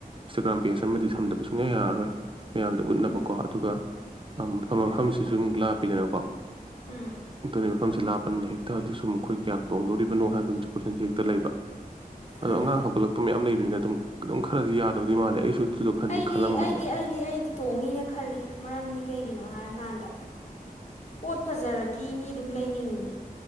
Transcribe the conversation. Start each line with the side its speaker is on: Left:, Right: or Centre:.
Right: ꯏꯟꯁꯇꯥꯒ꯭ꯔꯥꯝ ꯄꯦꯖ ꯑꯃꯗꯤ ꯊꯝꯗꯕ ꯁꯨꯡꯌꯥ ꯌꯥꯔꯔꯣꯏ ꯃꯌꯥꯝꯗ ꯎꯠꯅꯕꯀꯣ
Left: ꯎꯝ
Right: ꯑꯗꯨꯒ ꯃꯐꯝ ꯃꯐꯝꯁꯤꯁꯨ ꯑꯃꯨ ꯂꯥꯞꯄꯤꯗꯅꯀꯣ
Left: ꯎꯝ
Right: ꯑꯗꯨꯅꯤ ꯃꯐꯝꯁꯦ ꯂꯥꯞꯄꯅꯤꯅ ꯍꯦꯛꯇ ꯑꯗꯨꯁꯨ ꯃꯈꯣꯏ ꯀꯌꯥꯝ ꯇꯣꯡꯗꯣꯔꯤꯕꯅꯣ ꯍꯥꯏꯕ ꯑꯃꯁꯨ ꯀꯣꯏꯁꯟꯁꯦ ꯍꯦꯛꯇ ꯂꯩꯕ ꯑꯗꯣ
Left: ꯎꯝ
Right: ꯑꯉꯥꯡ ꯍꯧꯒꯠꯂꯛꯄ ꯃꯌꯥꯝ ꯂꯩꯕꯅꯤꯅ ꯑꯗꯨꯝ ꯈꯔꯗꯤ ꯌꯥꯗꯧꯗꯣꯏ ꯃꯥꯜꯂꯦ ꯑꯩꯁꯨ ꯑꯗꯨꯗꯣ ꯈꯟꯗꯤ
Left: ꯑꯩꯗꯤ
Right: ꯈꯜꯂꯝꯕꯅꯦ
Left: ꯑꯩꯗꯤ
Right: ꯑꯗꯣ
Left: ꯑꯩꯗꯤ ꯑꯩꯗꯤ ꯇꯣꯡꯉꯤꯅ ꯈꯜꯂꯤ ꯃꯔꯝꯗꯤ ꯀꯩꯒꯤꯅꯣ ꯍꯥꯏꯔꯀꯥꯟꯗ ꯄꯣꯠ ꯐꯖꯔꯗꯤ ꯃꯤ ꯑꯗꯨꯝ ꯂꯩꯅꯤꯡꯉꯤ